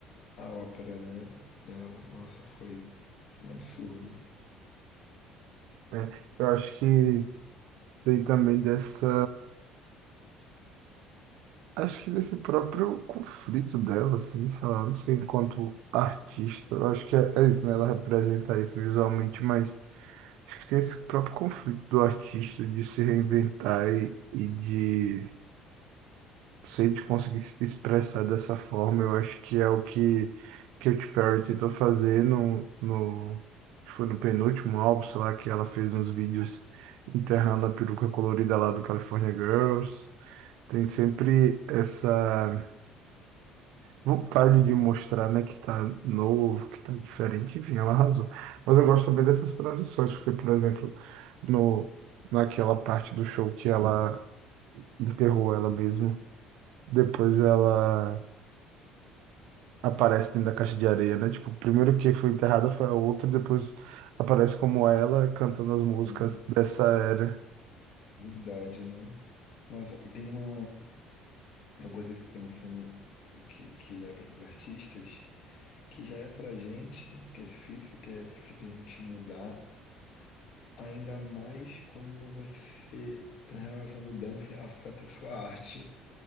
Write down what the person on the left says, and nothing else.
a ópera, né? Dela. Nossa, foi um absurdo.
É Uma
unidade, né? Nossa, e tem uma, uma coisa que eu fico pensando que, que é para esses artistas, que já é pra gente, que é difícil, que é se permitir mudar, ainda mais quando você, na real, essa mudança afeta a sua arte.